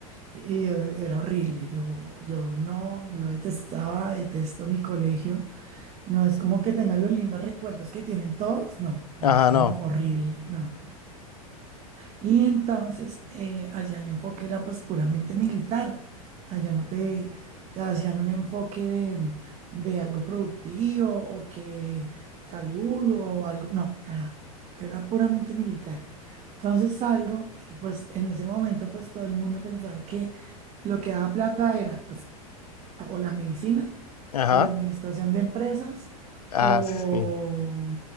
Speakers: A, on the right; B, on the left.
A: Y eh, era horrible, yo, yo no, yo detestaba, detesto mi colegio. No es como que tenga los lindos recuerdos que tienen todos, no,
B: Ajá,
A: es como
B: no.
A: horrible, no. Y entonces eh, allá el enfoque era pues puramente militar. Allá no te, te hacían un enfoque de, de algo productivo o que salud o algo. No, nada. Era puramente militar. Entonces salgo y pues en ese momento pues todo el mundo pensaba que lo que daba plata era pues o la medicina,
B: Ajá.
A: o la administración de empresas,
B: Ah,
A: o,
B: sí.